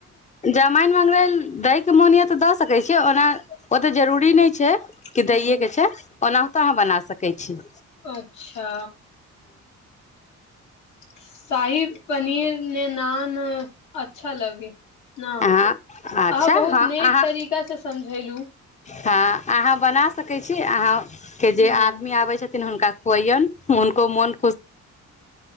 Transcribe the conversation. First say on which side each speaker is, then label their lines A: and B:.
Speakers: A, on the left (about 25°); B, on the left (about 75°).
A: जामाइन मंगरैल दैके मोनिय तऽ दऽ सकैत छियै ओना ओतऽ जरूरी नहि छै
B: हूँ
A: कि दैएके छै ओनाहितो आहां बना सकै दै छी
B: अच्छा शाहि पनीर ने नान अच्छा लगे न
A: ह अच्छा
B: अहाँ बहुत
A: ह
B: नीक
A: अहाँ
B: तरीका से समझेलु
A: हँ अहाँ बना सकैत छी अहाँ के जे
B: ह
A: आदमी आबै छै हुनका कोहयुन हुनको मन